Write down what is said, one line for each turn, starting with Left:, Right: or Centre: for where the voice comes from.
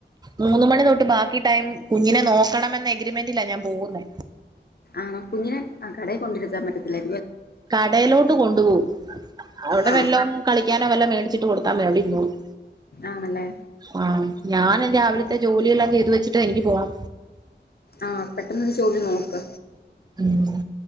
Right: മൂന്ന് മണി തൊട്ട് ബാക്കി ടൈം കുഞ്ഞിനെ നോക്കണമെന്ന എഗ്രിമെന്റിലാ ഞാൻ പോകുന്നേ
Left: ആണോ കുഞ്ഞിനെ ആ കടയിൽ കൊണ്ടിരുത്താൻ പറ്റത്തില്ല
Right: കടയിലോട്ട് കൊണ്ടുപോകും അവിടെ
Left: ആ
Right: വല്ലോ കളിക്കാനോ വല്ല മേടിച്ചി ട്ട് കൊടുത്താമെ അവിടെ ഇരുന്നോളും
Left: ആണല്ലേ
Right: ആ ഞാൻ രാവിലത്തെ
Left: ആ
Right: ജോലിയെല്ലാം ചെയ്തു വെച്ചിട്ട് എനിക്ക് പോണം
Left: ആ പെട്ടെന്നൊരു ജോലി നോക്ക്
Right: ഉം